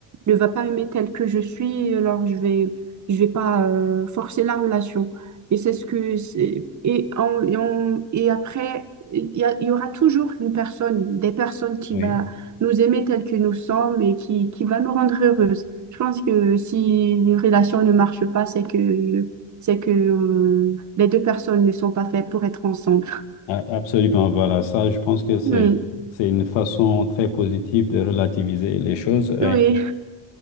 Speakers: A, on the right (about 40°); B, on the left (about 85°).
A: ne va pas aimer tel que je suis, alors je vais, je vais pas euh, forcer la relation. Et c'est ce que c'est- et, en- et, en- et après, il y, a- il y aura toujours une personne, des personnes qui
B: oui,
A: va nous aimer tel que nous sommes et qui, qui va nous rendre heureuses. Je pense que si une relation ne marche pas, c'est que c'est que euh, les deux personnes ne sont pas faites pour être ensemble.
B: a- absolument. Voilà, ça, je pense que c'est,
A: Oui,
B: c'est une façon très positive de relativiser les choses,
A: oui,
B: hein,